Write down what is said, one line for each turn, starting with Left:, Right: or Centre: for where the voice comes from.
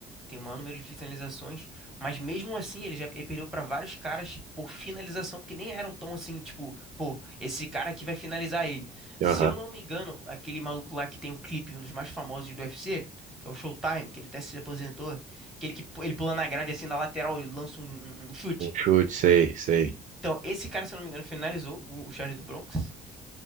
Centre: tem o maior número de finalizações, mas mesmo assim ele já ele perdeu para vários caras por finalização que nem eram tão assim, tipo, pô, esse cara aqui vai finalizar ele. Se
Right: Aham.
Centre: eu não me engano, aquele maluco lá que tem um clipe, um dos mais famosos do UFC, que é o Showtime, que ele até se aposentou, Aquele que pu- ele pula na grade assim na lateral e lança um, um um chute.
Right: Um chute, sei, sei,
Centre: Então, esse cara, se eu não me engano, finalizou o, o Charles do Bronx.